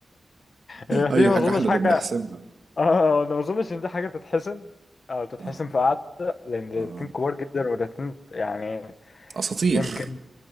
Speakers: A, on the left; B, on the right.
A: هي
B: أي
A: دي ما
B: حاجة
A: اظنش
B: إحنا اللي
A: حاجة
B: بنحسمها
A: اه انا ما اظنش ان دي حاجة تتحسم او تتحسم
B: اه
A: في قعدة لان الاتنين
B: اه
A: كبار جدا والاتنين يعني
B: اساطير
A: يمكن